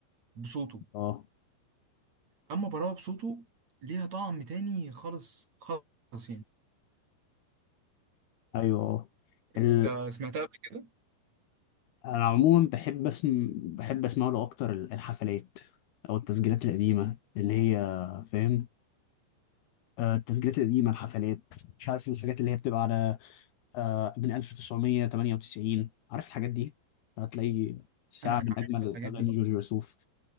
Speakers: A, on the right; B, on the left.
A: بصوته
B: اه
A: اما براوة بصوته ليها طعم تاني خالص خالص يعني
B: ايوه اه ال...
A: انت سمعتها قبل كده
B: انا عموما بحب اسم بحب اسمع له اكتر ال- الحفلات او التسجيلات القديمه اللي هي فاهم آه، التسجيلات القديمه الحفلات مش عارف الحاجات اللي هي بتبقى على آه، من 1998 عارف الحاجات دي هتلاقي ساعه
A: انا
B: من
A: انا
B: اجمل
A: عارف الحاجات
B: اغاني
A: دي اه
B: جورج وسوف